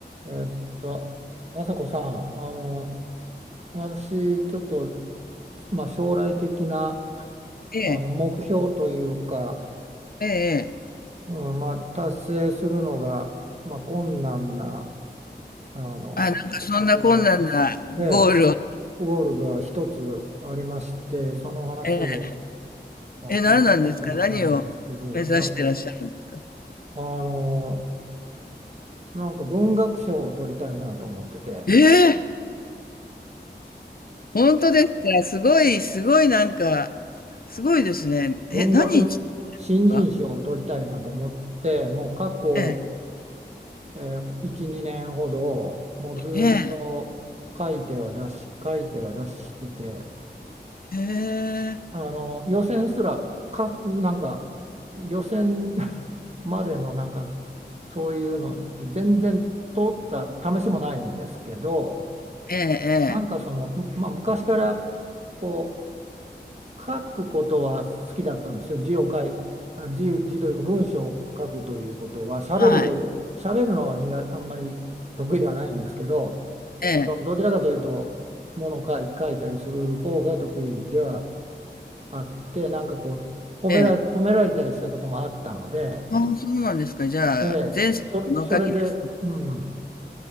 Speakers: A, on the right; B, on the left.
A: えーっと、朝子さん、あの、私、ちょっと、まあ、将来的な、あ
B: ええ、
A: の、目標というか、
B: ええええ。
A: うん、まあ、達成するのが、まあ、困難な、あの、
B: あ、なんかそんな困難なゴールを。
A: ことが、ええ、ゴールが一つありまして、その話を、
B: ええ。
A: まあ、
B: え、
A: 聞いてもらいたいんですけど、
B: 何なんですか？何を目指してらっしゃるんですか？
A: いや、あの、なんか文学賞を取りたいなと思ってて、
B: ええ、本当ですか？すごい、すごいなんか、すごいですね。
A: 文学新人賞を取りたいなと思って、
B: え、何日ですか？
A: もう過去、
B: ええ、
A: えー1、2年ほど、もうずっと書いては出し、
B: え
A: 書いては出してて、
B: え、え、
A: あの予選すらか、なんか予選 <laughs> までのなんかそういうのって全然通った試しもないんですけど、
B: ええ、
A: なんかその、
B: え
A: まあ、昔からこ書くことは好きだったんですよ。字を書い、あ、字、字というか文章を書くということは、喋る、
B: はい、
A: 喋るのは苦あんまり得意ではないんですけど、
B: ええ、
A: そのどちらかというと、ものを書い、書いたりする方が得意ではあって、なんかこう、褒められ、
B: ええ。
A: 褒められたりしたこともあったので、
B: ああ、そうなんですか。じゃあ、
A: ええ、
B: 前世の書きですね。
A: そ、それで、うん、